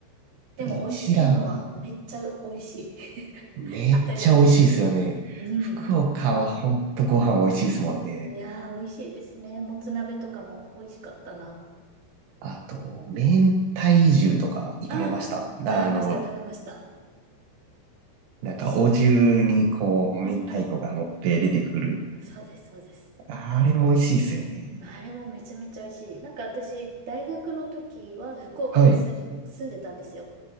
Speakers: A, on the right; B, on the right.
A: でも美味しいのはめっちゃ美味しい。
B: 一蘭、
A: <laughs>
B: めっちゃ美味しいですよね。
A: 当たり前ですけど。うん。
B: 福岡はほんとご飯美味しいですもんね。
A: いやー、美味しいですね。もつ鍋とかも美味しかったな。
B: あと、明太重とか行かれました。
A: ああ、
B: あの、
A: 食べました、食べました。
B: なんかお重にこう、
A: 美味しい。うんうんうん。
B: 明太子が乗って出てくる。
A: そうです、そうです。
B: あれも美味しいですよね。
A: あれもめちゃめちゃ美味しい。なんか私、大学の時は福岡に住ん、
B: はい。
A: 住んでたんですよ。